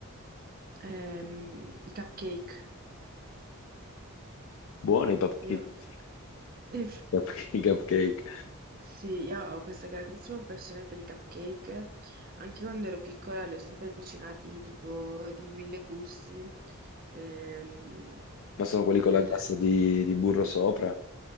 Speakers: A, on the right; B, on the left.
A: Ehm, i cupcake.
B: Buoni i pup-
A: Io,
B: i- i
A: eh,
B: pup- i cupcake,
A: sì, io ho questa grandissima passione per i cupcake. Anche quando ero piccola li ho sempre cucinati tipo di mille gusti. Ehm,
B: ma sono quelli con
A: niente.
B: la glassa di, di burro sopra?